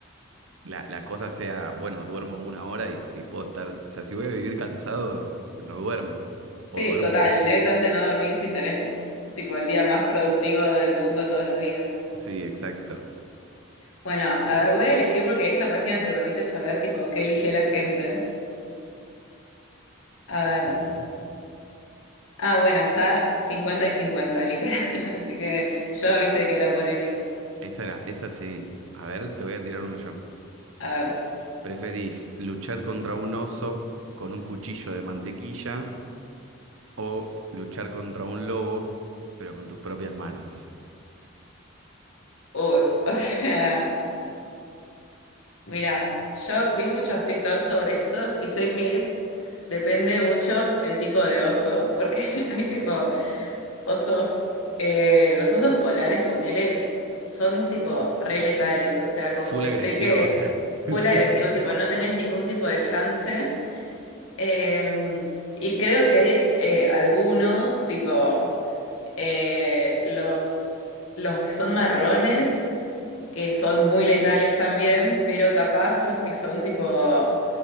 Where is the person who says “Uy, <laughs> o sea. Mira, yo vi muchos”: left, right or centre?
Left